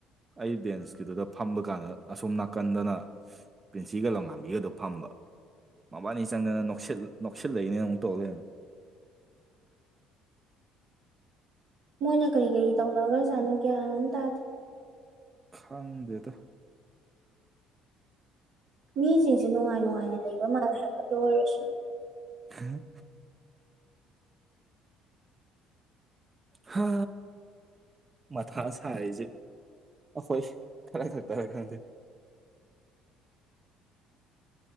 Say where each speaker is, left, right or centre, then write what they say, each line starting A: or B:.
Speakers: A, on the right (about 25°); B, on the right (about 60°).
A: ꯑꯩ ꯕꯦꯟꯁꯀꯤꯗꯨꯗ ꯐꯝꯕ ꯀꯥꯟꯗ ꯑꯁꯣꯝ ꯅꯥꯀꯟꯗꯅ ꯄ꯭ꯔꯤꯟꯁꯤꯒ ꯂꯧꯉꯥꯝꯕꯤꯒꯗꯣ ꯐ ꯃꯕꯥꯅꯤ ꯆꯪꯗꯅ ꯅꯨꯡꯁꯤꯠ ꯅꯣꯛꯁꯤꯜꯂꯛꯏꯅꯦꯅ ꯑꯃꯨꯛ ꯇꯧꯔꯦ
B: ꯃꯣꯏꯅ ꯀꯔꯤ ꯀꯔꯤ ꯇꯧꯔꯒ꯭ꯔꯖꯥꯅꯣ ꯀꯌꯥꯅꯣꯝ ꯇꯥꯗꯦ
A: ꯈꯥꯡꯗꯦꯗ
B: ꯃꯤꯁꯤꯡꯁꯦ ꯅꯨꯡꯉꯥꯏ ꯅꯨꯡꯉꯥꯏꯅ ꯂꯩꯕ ꯃꯥꯜꯂꯦ ꯍꯥꯏꯕꯗꯣ ꯑꯣꯏꯔꯁꯨ
A: ꯑ ꯍꯥ ꯃꯊꯥꯁ ꯍꯥꯏꯖ ꯑꯈꯣꯏꯁ ꯈꯔ ꯈꯔ ꯇꯔ ꯈꯪꯗ